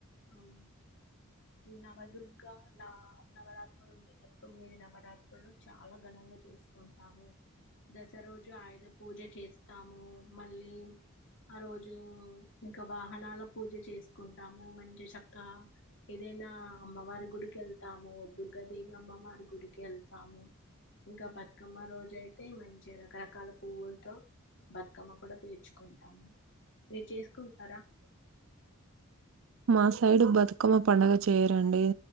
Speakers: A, on the left; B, on the right.
A: అం నవదుర్గ నా నవరాత్రులు ఉంటాయ్ కదా తొమ్మిది నవ్ నవరాత్రులు చాలా ఘనంగా చేసుకుంటాము దసర్రోజు ఆయుధ పూజ చేస్తాము మళ్ళీ ఆ రోజు ఇంకా వాహనాల పూజ చేసుకుంటాము మంచి చక్కా ఏదైనా అమ్మవారి గుడికి వెళ్తాము దుర్గాదేవి అమ్మవారి గుడికి వెళ్తాము ఇంకా బతుకమ్మ రోజు అయితే మంచి రకరకాల పువ్వుల్తో బతుకమ్మ కూడా పేర్చుకుంటాము మీర్ చేస్కుంటారా?
B: మా సైడు బతుకమ్మ పండగ చేయరండి